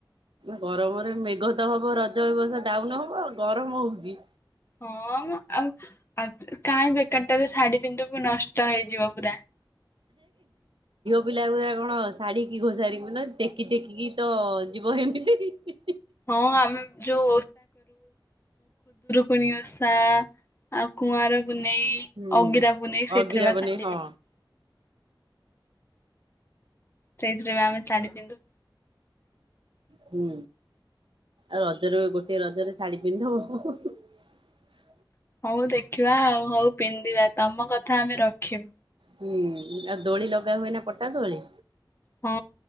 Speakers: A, on the right; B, on the left.
A: ଗରମରେ ମେଘ ତ ହବ ରଜ ଏବର୍ଷ ଡାଉନ ହବ ଆଉ ଗରମ ହଉଚି।
B: ହଁମ ଆଉ ଆ କାହିଁ ବେକାରଟାରେ ଶାଢୀ ପି ନ୍ଧିବୁ ନଷ୍ଟ ହେଇଯିବ ପୁରା। <inaudible>
A: ପିଲାଉରା କଣ ଶାଢୀ କି ଘୋଷାାରି ରବୁନା ଟେକି ଟେକିକି ତ ଯିବ ହେମିତି।
B: ହଁ ଆମେ ଯୋଉ ପୁଣି ଆ ଶା ଆଉ କୁଆଁର ପୁନେଇଁ
A: ହୁଁ
B: ଅଗିରା ପୁନେଇଁ ସେଇଥିରେ
A: ଅଗିରା
B: ବା
A: ବନେଇ
B: ସାଢି
A: ହଁ
B: ପିନ୍ଧ <inaudible> ସେଇଥିରେ ବି ଆମେ ଶାଢୀ ପିନ୍ଧୁ। <inaudible>
A: ହୁଁ ଆଉ ରଜରେ ଗୋଟେ ରଜରେ ଶାଢୀ ପିନ୍ଧିଦବ। <inaudible>
B: ହଉ ଦେଖିବା ଆଉ ହଉ ପିନ୍ଧିବା ତମ କଥା ଆମେ ରଖିବୁ।
A: ହୁଁ ଆଉ ଦୋଳି ଲଗା ହୁଏ ନା ପଟା ଦୋଳି?
B: ହଁ